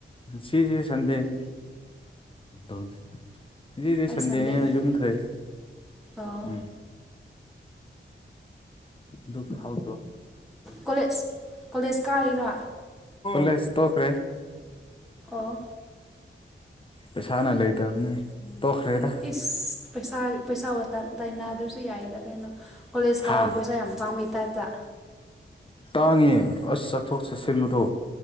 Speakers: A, on the left; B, in the centre.
A: ꯁꯤꯁꯤꯦ ꯁꯗꯦꯅꯤ ꯎꯝꯅꯤ ꯍꯧꯗꯤ
B: ꯍꯣꯏ
A: ꯁꯟꯗꯦꯅꯦ
B: ꯁꯟꯗꯦꯅꯤ
A: ꯌꯨꯝꯗ꯭ꯔꯗꯤ
B: ꯑꯣ
A: ꯎꯝ ꯗꯨ ꯍꯥꯎ
B: ꯀꯣꯂꯦꯖ ꯀꯣꯂꯦꯖ ꯀꯥꯔꯔ
A: ꯂꯦ ꯇꯣꯈ꯭ꯔꯦ
B: ꯑꯣ
A: ꯄꯩꯁꯥ ꯅ ꯂꯩꯇꯕꯅꯤ ꯇꯣꯛꯈ꯭ꯔꯦꯗ
B: ꯏꯁ ꯄꯁ ꯄꯩꯁꯥ ꯇꯥꯏꯅꯗꯔ ꯨ ꯌꯥꯏꯌꯦꯗ ꯀꯩꯅꯣ ꯀꯣꯂꯦꯖ ꯀꯥꯎꯕ
A: ꯍꯥ
B: ꯄꯩꯁꯥ ꯌꯥꯝ ꯆ ꯆꯥꯎꯃꯤ ꯇꯥꯏꯞꯇ
A: ꯇꯥꯡꯉꯦ ꯑꯁ ꯆꯠꯊꯣꯛ ꯆꯠꯁꯤꯟꯕꯗꯣ